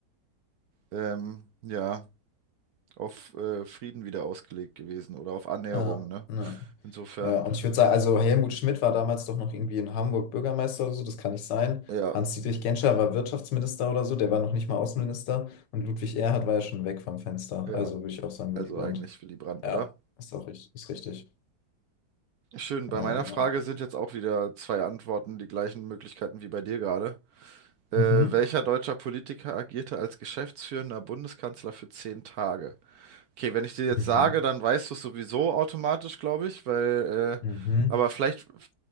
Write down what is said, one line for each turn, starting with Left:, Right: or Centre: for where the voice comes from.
Right: äh, ähm, ja, auf äh, Frieden wieder ausgelegt gewesen oder auf Annäherung,
Left: ja,
Right: ne?
Left: ja.
Right: Insofern,
Left: Ja, und ich würde sagen, also Helmut Schmidt war damals doch noch irgendwie in Hamburg Bürgermeister oder so, das kann nicht sein.
Right: ja.
Left: Hans-Dietrich Genscher war Wirtschaftsminister oder so, der war noch nicht mal Außenminister. Und Ludwig Erhard war ja schon weg vom Fenster.
Right: Ja,
Left: Also würde ich auch sagen,
Right: also
Left: Willy Brandt.
Right: eigentlich Willy Brandt,
Left: Ja,
Right: oder?
Left: ist auch richtig, ist richtig.
Right: Schön,
Left: Ja,
Right: bei meiner
Left: genau.
Right: Frage sind jetzt auch wieder zwei Antworten, die gleichen Möglichkeiten wie bei dir gerade. Äh,
Left: Mhm.
Right: welcher deutscher Politiker agierte als geschäftsführender Bundeskanzler für zehn Tage? Okay, wenn ich dir jetzt
Left: Mhm.
Right: sage, dann weißt du es sowieso automatisch, glaube ich, weil,
Left: Mhm.
Right: äh, aber vielleicht,